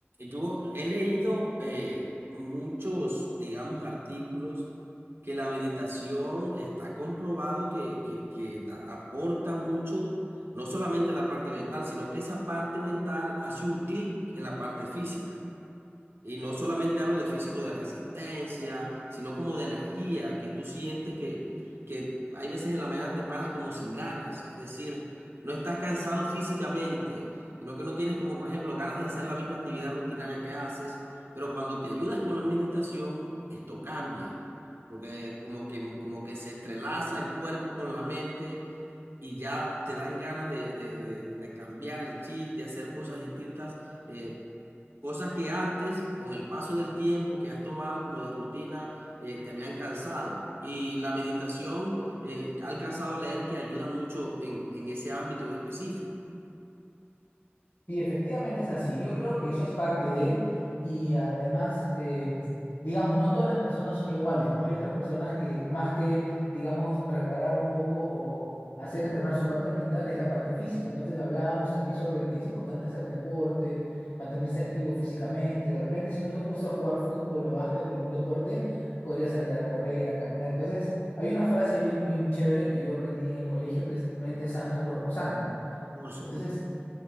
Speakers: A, on the right (about 65°); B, on the left (about 65°).
A: yo he leído eh, muchos, digamos, artículos que la meditación está comprobado que, que, que da- aporta mucho, no solamente la parte mental, sino que esa parte mental hace un clic en la parte física. Y no solamente hablo de físico, de resistencia, sino como de energía, que tú sientes que, que hay veces en la mañana te paras como sin ganas, es decir, no estás cansado físicamente, sino que no tienes como, por ejemplo, ganas de hacer la misma actividad rutinaria que haces, pero cuando te ayudas con la meditación, esto cambia, porque como que, como que se entrelaza el cuerpo con la mente y ya te dan ganas de, de, de, de cambiar el chip, de hacer cosas distintas eh, Cosas que antes, con el paso del tiempo que has tomado como de rutina, eh, te habían cansado. Y la meditación, eh, ha alcanzado a leer que ayuda mucho en, en ese ámbito en específico.
B: Y efectivamente es así. Yo creo que eso es parte de, y además, eh, digamos, no todas las personas son iguales, ¿no? Hay otras personas que más que, digamos, reparar un poco o hacer entrenar su parte mental es la parte física. Entonces hablábamos también sobre que es importante hacer deporte, mantenerse activo físicamente. De repente, si no te gusta jugar fútbol o básquet o algún deporte, podrías salir a correr, a caminar. Entonces, hay una frase bien, bien chévere que yo aprendí en el colegio que es mente sana, cuerpo sano.
A: Por supuesto.
B: Entonces,